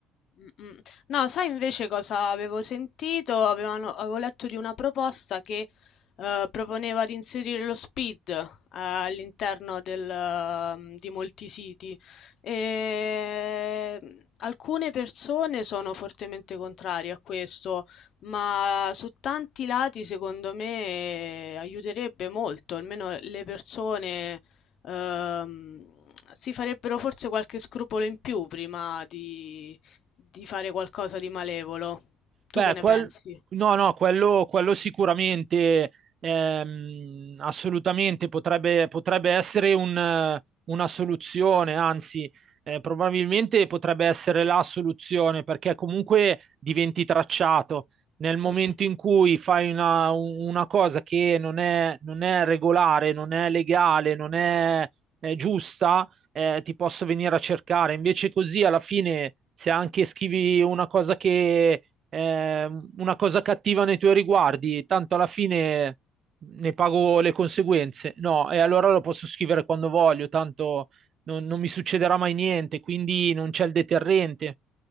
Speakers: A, on the left (about 60°); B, on the right (about 50°).
A: Mm-mm. No, sai invece cosa avevo sentito? Avevano- avevo letto di una proposta che eh, proponeva di inserire lo speed eh, all'interno del, ehm, di molti siti e mm, alcune persone sono fortemente contrarie a questo, ma su tanti lati secondo me eh, aiuterebbe molto, almeno le persone ehm, si farebbero forse qualche scrupolo in più prima di di fare qualcosa di malevolo. Tu
B: Beh,
A: che ne
B: quel-
A: pensi?
B: no, no, quello, quello sicuramente, ehm, assolutamente potrebbe, potrebbe essere un, eh, una soluzione, anzi, eh, probabilmente potrebbe essere la soluzione, perché comunque diventi tracciato. Nel momento
A: Mm-mm.
B: in cui fai una, un- una cosa che non è, non è regolare, non è legale, non è, eh, giusta, eh, ti posso venire a cercare. Invece così, alla fine, se anche scrivi una cosa che eh, una cosa cattiva nei tuoi riguardi, tanto alla fine ne pago le conseguenze. No, e allora lo posso scrivere quando voglio, tanto non, non mi succederà mai niente, quindi non c'è il deterrente.